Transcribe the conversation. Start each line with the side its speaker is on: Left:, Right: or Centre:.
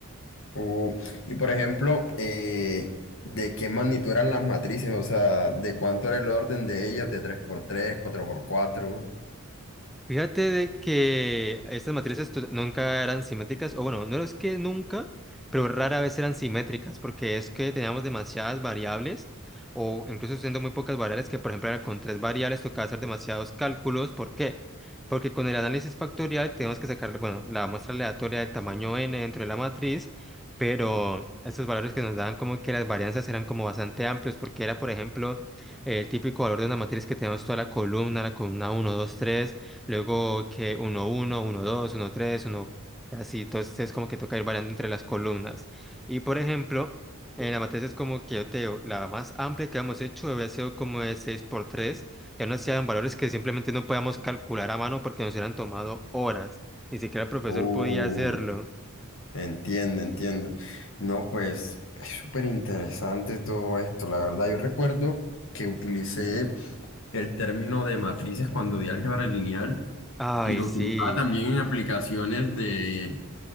Left: O, y por ejemplo, eh, ¿de qué magnitud eran las matrices? O sea, ¿de cuánto era el orden de ellas? de tres por tres, cuatro por cuatro.
Centre: Fíjate de que estas matrices tu- nunca eran simétricas, o bueno, no es que nunca, pero rara vez eran simétricas, porque es que teníamos demasiadas variables, o incluso siendo muy pocas variables, que por ejemplo era con tres variables tocaba hacer demasiados cálculos. ¿Por qué? Porque con el análisis factorial tenemos que sacar, bueno, la muestra aleatoria del tamaño n dentro de la matriz, pero estos valores que nos daban como que las varianzas eran como bastante amplios, porque era, por ejemplo, el típico valor de una matriz que tenemos toda la columna, la columna uno, 2, 3. Luego que uno uno uno dos uno tres uno así. Entonces es como que toca ir variando entre las columnas. Y por ejemplo, en la matriz es como que yo te digo, la más amplia que hemos hecho había sido como de 6 por tres Ya no hacían valores que simplemente no podíamos calcular a mano porque nos hubieran tomado horas. Ni siquiera el profesor
Left: Uh,
Centre: podía hacerlo.
Left: entiendo, entiendo. No, pues es súper interesante todo esto, la verdad. Yo recuerdo que utilicé el término de matrices cuando di álgebra lineal
Centre: Ay,
Left: y lo
Centre: sí.
Left: utilizaba también en aplicaciones de